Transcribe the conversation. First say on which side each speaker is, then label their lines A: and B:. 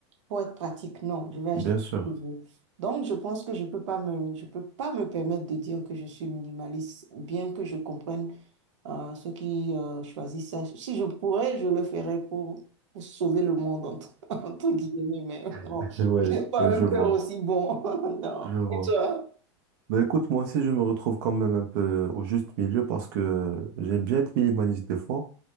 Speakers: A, on the right; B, on the right.
A: pour être pratique, non, je vais acheter
B: bien sûr.
A: ce que je veux. Donc, je pense que je peux pas me, je peux pas me permettre de dire que je suis minimaliste, bien que je comprenne euh, ceux qui euh, choisissent ça. Si je pourrais, je le ferais pour, pour sauver le monde, entre, <laughs> entre guillemets, mais non,
B: <laughs> Ouais,
A: j'ai pas
B: ouais, je
A: un cœur
B: vois,
A: aussi bon. <laughs> Non.
B: je vois.
A: Et toi?
B: Ben écoute, moi aussi, je me retrouve quand même un peu au juste milieu parce que j'aime bien être minimaliste des fois.